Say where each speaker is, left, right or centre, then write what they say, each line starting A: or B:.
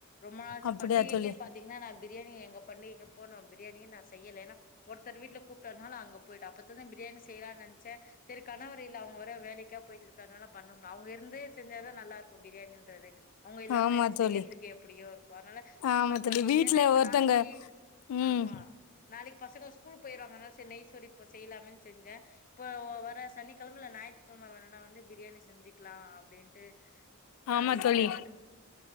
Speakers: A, on the left; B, on the left.
A: ரொம்ப நாளாச்சி
B: அப்டியா
A: பண்டிகைக்கே
B: தோழி
A: பாத் தீங்னா நா பிரியாணி எங்க பண்டிகப்போ நா பிரியாணியே நா செய்யல ஏனா ஒருத்தர் வீட்ல கூப்டர்னால அங்க போய்ட்டு அப்பத்லந்து பிரியாணி செய்யலான் நெனச்சே செரி கணவர் இல்ல அவுங்க வேற வேலைக்கா போய்ட்டு இருக்கனால பண்ணும்லா அவுங்க இருந்து செஞ்சாதா நல்லா இருக் போ பிரியாணின்றது அவுங்க இல்லாம
B: ஆமா
A: எனக்கு
B: தோழி
A: செய்யுறதுக்கு எப்டியோ இருக்கு அனால
B: ஆமா
A: சும்மா இப்ப
B: தோழி
A: நீ
B: வீட்ல
A: ஏனா இப்ப
B: ஒருத்தங்க
A: நாளைக்கி
B: ம்
A: ஆமா நாளைக் பசங்க ஸ்கூலுக்கு போய்ருவாங்க அனால செரி நெய் சோறு இப்ப செய்யலாமேன் செஞ்சே இப்போ வர சனிக்கெழம புள்ள ஞாயித்துகெழம வேணுனா வந்து பிரியாணி செஞ்சுக்லா அப்டின்ட்டு
B: ஆமா
A: நா விட்டுட்டே
B: தோழி
A: நானு